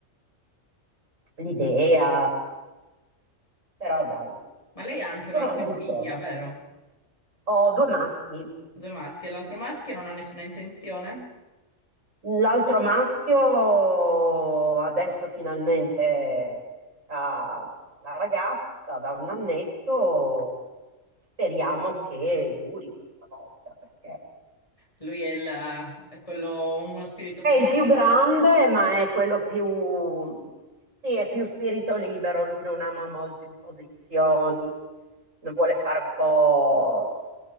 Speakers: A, on the right; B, on the left.
A: l'idea, però dai,
B: Ma lei ha anche
A: sono
B: un'altra
A: fiduciosa.
B: figlia, vero?
A: Ho due maschi.
B: Due maschi. E l'altro maschio non ha nessuna intenzione?
A: L'altro maschio adesso finalmente ha la ragazza da un annetto. Speriamo che duri questa volta perché
B: Lui è, il, è quello, uno spirito
A: È
B: più
A: il
B: libero?
A: più grande, ma è quello più... Sì, è più spirito libero, lui non ama molto imposizioni, non vuole fare un po'